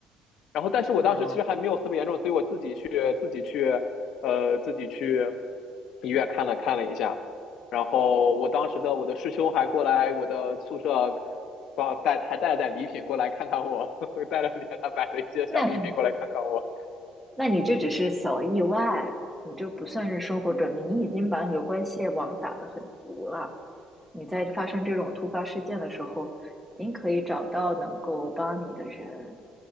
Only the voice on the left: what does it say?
然后但是我当时其实还没有特别严重，
所以我自己去自己去呃自己去医院看了看了一下，然后我当时的我的师兄还过来我的宿舍，啊带还带了点礼品过来看看我，<laughs> 呵呵带了点他买了一些小礼品过来看看我，